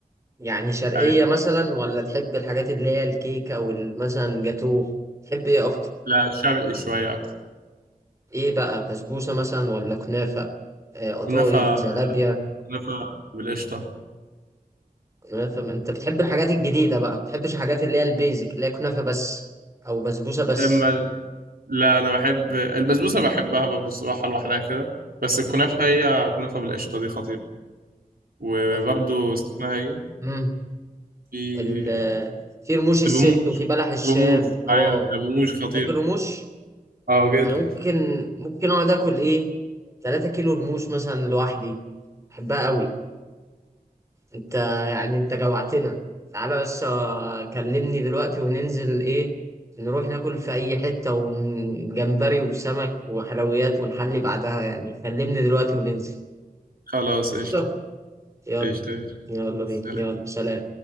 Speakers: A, on the right; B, on the right.
A: يعني شرقية
B: يعني
A: مثلا ولا تحب الحاجات اللي هي الكيكة والمثلا جاتوه تحب ايه اكتر
B: لا شرقي شوية أكتر
A: ايه بقى بسبوسة مثلا ولا كنافة آه، قطايف
B: كنافة
A: جلابية
B: كنافة بالقشطة
A: كنافة ما انت بتحب الحاجات الجديدة بقى ما بتحبش الحاجات اللي هي البيزك اللي هي كنافة بس او بسبوسة بس
B: أما لا أنا بحب البسبوسة بحبها برضه الصراحة لوحدها كده بس الكنافة
A: مم،
B: هي كنافة بالقشطة دي خطيرة وبرضه
A: كنافة
B: اسمها إيه
A: بالله
B: في
A: ال في رموش الست
B: بموج
A: وفي بلح الشام
B: بموج
A: اه
B: ايوه بموج خطير
A: تحب الرموش
B: اه جدا
A: انا ممكن ممكن اقعد اكل ايه 3 كيلو رموش مثلا لوحدي بحبها قوي انت يعني انت جوعتنا تعالى بس آه، كلمني دلوقتي وننزل ايه نروح ناكل في اي حتة وجمبري وسمك وحلويات ونحلي بعدها يعني كلمني دلوقتي وننزل
B: خلاص
A: قشطة
B: قشطة
A: يلا
B: قشطة قشطة.
A: يلا بينا
B: سلام
A: يلا سلام